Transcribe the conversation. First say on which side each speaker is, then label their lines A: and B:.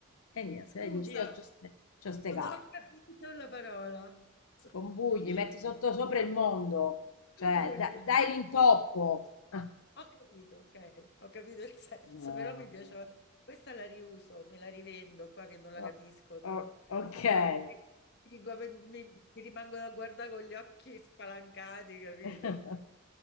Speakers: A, on the left; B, on the left.
A: E niente,
B: Scusa,
A: eh, dici io c'ho ste, c'ho ste
B: non
A: carte.
B: ho capito la parola.
A: Scombugli,
B: Chi?
A: metti sotto sopra il mondo, cioè
B: Gugugli.
A: da- dai
B: Ok.
A: l'intoppo. Ah,
B: Ho capito, ok, ho capito il senso,
A: No,
B: però mi piaceva.
A: no.
B: Questa la riuso, me la rivendo qua che non la
A: Oh,
B: capisco. Eh,
A: oh, ok.
B: Mi, dico, mi- mi- mi rimangono a guardare con gli occhi spalancati, capito?
A: <laughs>